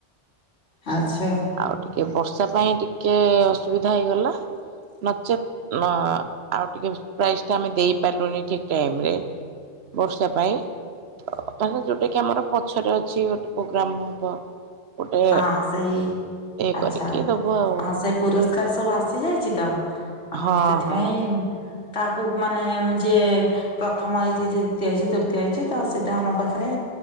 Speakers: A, on the left; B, on the right.
A: ଆଛା
B: ଆଉ ଟିକେ ବର୍ଷା ପାଇଁ ଟିକେ ଅସୁବିଧା ହେଇଗଲା ନଚେତ୍ ମା ଆଉ ଟିକେ ବେଷ୍ଟ ପ୍ରାଇସ୍ ଟା ଆମେ ଦେଇପାରିଲୁନି ଠିକ ଟାଇମ ରେ ବର୍ଷା ପାଇଁ ତା ଯୋଉଟା କି ଆମର ପଛରେ ଅଛି ଗୋଟେ ପ୍ରୋଗ୍ରାମ ହବ। ଗୋଟେ
A: ହଁ ସେଇ
B: ଇଏ
A: ଆଚ୍ଛା
B: କରିକି ଦବୁ ଆଉ
A: ହଁ ସେ ପୁରସ୍କାର ସବୁ ଆସିଯାଇଛି ତ ଆ
B: ହଁ
A: ସେଥିପାଇଁ
B: ହଁ।
A: ତାକୁ ମାନେ ଯେ ପ୍ରଥମ ହେଇଛି ଯେ ଦ୍ଵିତୀୟ ହେଇଛି ତୃତୀୟ ହେଇଛି ତ ସେଇଟା ଆମ ପାଖରେ